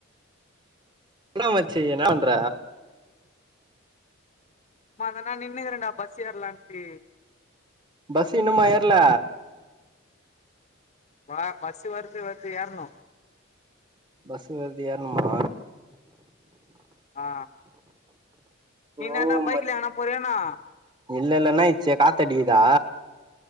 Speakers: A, on the right; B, on the left.
A: என்னாட மச்சி என்னா பண்ற
B: சும்மாதாண்டா நின்னுக்குறண்டா பஸ் ஏரலான்ட்டு
A: பஸ்ஸு இன்னுமா ஏர்ல
B: போடா பஸ் வருது வருது எர்ணு
A: பஸ்ஸு வருது ஏற்ணுமா
B: ஆ நீ என்னாதா
A: ஓ
B: பைக்ல
A: மச்
B: எங்கன போறீயா என்னா
A: இல்ல இல்ல என்னா ஆய்ர்ச்சு காத்தடிக்குதா